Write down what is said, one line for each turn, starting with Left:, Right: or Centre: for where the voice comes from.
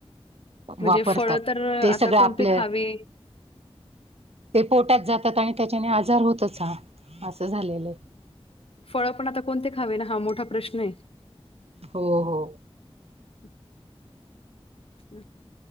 Left: म्हणजे
Right: वापरतात.
Left: फळ तर
Right: ते
Left: आता
Right: सगळ आपल्या
Left: कोणते खावे
Right: पोटात जातात आणि त्याच्याने आजार होतच हा असं झालेल आहे.
Left: फळ पण आता कोणते खावे ना हा मोठा प्रश्न आहे.
Right: हो हो.
Left: ह <inaudible> हम्म